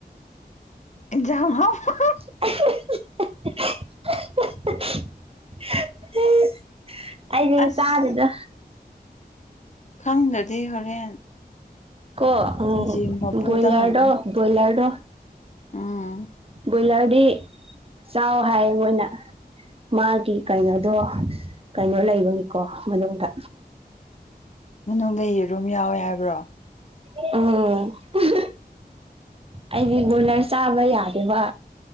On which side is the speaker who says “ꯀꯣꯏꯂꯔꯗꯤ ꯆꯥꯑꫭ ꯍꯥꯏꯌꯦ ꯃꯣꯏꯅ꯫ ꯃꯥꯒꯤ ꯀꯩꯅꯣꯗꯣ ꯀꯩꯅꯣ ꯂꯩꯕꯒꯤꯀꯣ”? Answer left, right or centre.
Right